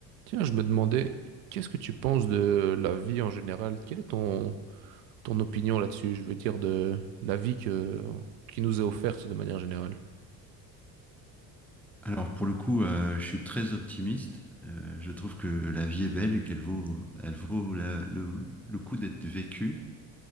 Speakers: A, on the right (about 75°); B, in the centre.
A: Tiens, je me demandais, qu'est-ce que tu penses de la vie en général? Quelle est ton, ton opinion là-dessus? Je veux dire de la vie que, qui nous est offerte de manière générale.
B: Alors pour le coup, euh, je suis très optimiste. Euh, je trouve que la vie est belle et qu'elle vaut, elle vaut la- le, le coup d'être vécue